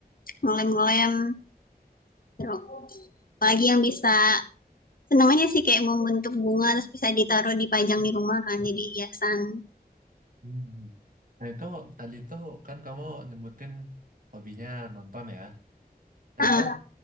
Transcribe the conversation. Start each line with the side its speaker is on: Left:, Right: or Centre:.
Left: ngelem-ngelem seru apalagi yang bisa seneng aja sih kayak membentuk bunga terus bisa ditaruh dipajang di rumah kan jadi hiasan
Right: hmm, hmm. Nah, itu tadi tuh kan kamu nyebutin hobinya nonton ya. Nah,
Left: ah
Right: itu